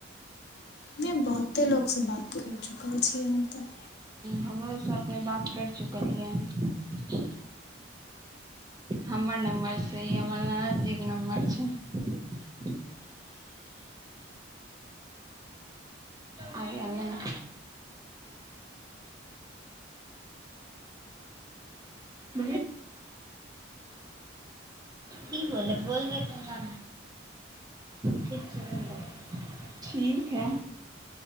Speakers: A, on the left; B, on the right.
A: मे बहुते लोक सँ बात करि चुकल छियै हम तऽ
B: हमरोसँ अपने बात करि चुकलियै हन हमर नम्बर छै ई हमर ननद जीके नम्बर छै आबै अलै हँ <inaudible> की बोल बोल देतेै ठीक छै बोल ठीक है